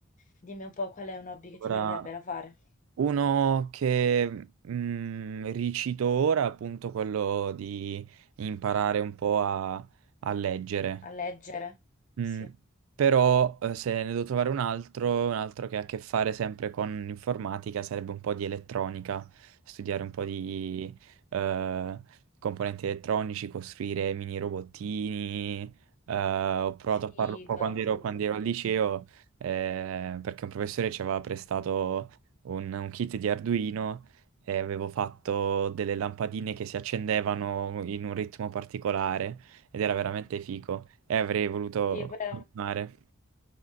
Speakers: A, on the left; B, on the right.
A: Dimmi un po' qual è un hobby che ti
B: Ora
A: verrebbe da fare.
B: Uno che mm, ricito ora, appunto quello di imparare un po' a, a leggere.
A: A leggere? Sì.
B: Mm, Però eh, se ne devo trovare un altro, un altro che ha a che fare sempre con informatica, sarebbe un po' di elettronica, studiare un po' di eh, componenti elettronici, costruire mini robottini. eh, ho provato
A: Figo,
B: a farlo un po' quando ero,
A: figo,
B: quando ero
A: figo.
B: al liceo,
A: figo.
B: eh, perché un professore ci aveva prestato un, un kit di Arduino e avevo fatto delle lampadine che si accendevano in un ritmo particolare ed era veramente fico e avrei voluto
A: Sì, pure
B: continuare.